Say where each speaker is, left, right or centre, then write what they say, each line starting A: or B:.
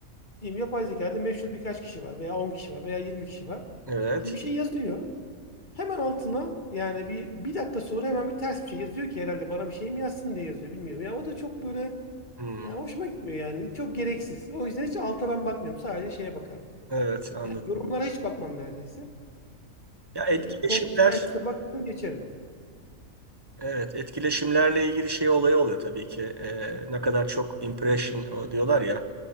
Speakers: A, on the left (about 35°); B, on the right (about 20°).
A: diyeyim yapay zekada meşhur birkaç kişi var veya 10 kişi var veya 20 kişi var.
B: evet.
A: Şimdi bir şey yazıyor. Hemen altına yani bir, bir dakika sonra hemen bir ters bir şey yazıyor ki herhalde bana bir şey mi yazsın diye yazıyor bilmiyorum. Ya o da çok böyle
B: Hmm,
A: ya hoşuma gitmiyor yani. Çok gereksiz. O yüzden hiç alta ben bakmıyorum. Sadece şeye bakarım.
B: evet anladım.
A: Yani yorumlara hiç bakmam neredeyse.
B: Ya etkileşimler
A: Ee, post kendisini geçerim.
B: Evet, etkileşimlerle ilgili şey olayı oluyor tabii ki. Ee, ne kadar çok impression o diyorlar ya,